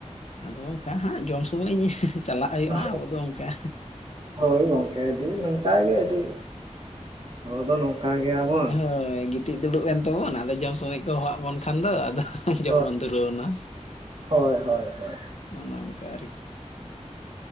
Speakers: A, on the left (about 60°); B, on the right (about 50°).
A: ᱟᱫᱚ ᱚᱱᱠᱟ ᱦᱟᱸᱜ ᱡᱚᱢ ᱥᱚᱢᱚᱭ ᱤᱧ ᱪᱟᱞᱟᱜ ᱦᱩᱭᱩᱜ-ᱟ
B: ᱦᱳᱭ
A: ᱟᱵᱚ ᱫᱚ ᱚᱱᱠᱟ᱾
B: ᱦᱳᱭ ᱜᱚᱝᱠᱮ ᱟᱹᱰᱤ ᱱᱚᱝᱠᱟ ᱜᱮ ᱟᱹᱰᱤ ᱵᱚᱫᱚᱞ ᱠᱟ ᱜᱮ ᱟᱵᱚ
A: ᱦᱳᱭ ᱜᱤᱛᱤᱡ, ᱫᱩᱲᱩᱵ ᱮᱱ ᱛᱮᱵᱚᱱ ᱟᱫᱚ ᱡᱚᱢ ᱥᱚᱢᱚᱭ ᱠᱚ ᱦᱚᱦᱟᱜ ᱵᱚᱱᱠᱷᱟᱱ ᱫᱚ ᱟᱫᱚ ᱡᱚᱢ
B: ᱦᱳᱭ
A: ᱵᱚᱱ ᱫᱩᱨᱟᱹᱣᱱᱟ᱾
B: ᱦᱳᱭ ᱦᱳᱭ ᱦᱳᱭ
A: ᱚᱱᱮ ᱚᱱᱠᱟ ᱟᱨ-